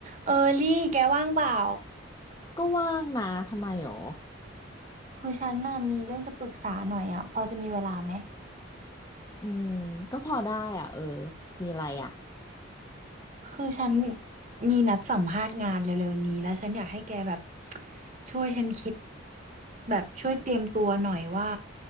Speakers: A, on the right (about 40°); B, on the left (about 20°).
A: เออลี่ แกว่างเปล่า
B: ก็ว่างนะ ทำไมหรอ
A: คือฉันน่ะมีเรื่องจะปรึกษาหน่อยอ่ะพอจะมีเวลาไหม
B: อืม ก็พอได้อ่ะ เออ มีอะไรอ่ะ
A: คือฉันมีนัดสัมภาษณ์งานเร็วๆนี้แล้วฉันอยากให้แกแบบช่วยฉันคิดแบบช่วยเตรียมตัวหน่อยว่า